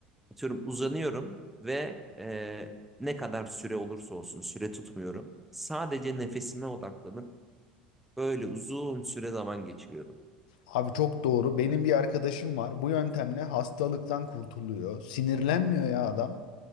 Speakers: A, in the centre; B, on the left.
A: Atıyorum uzanıyorum ve e, ne kadar süre olursa olsun süre tutmuyorum. Sadece nefesime odaklanıp böyle uzun süre zaman geçiriyordum.
B: Abi çok doğru. Benim bir arkadaşım var. Bu yöntemle hastalıktan kurtuluyor. Sinirlenmiyor ya adam.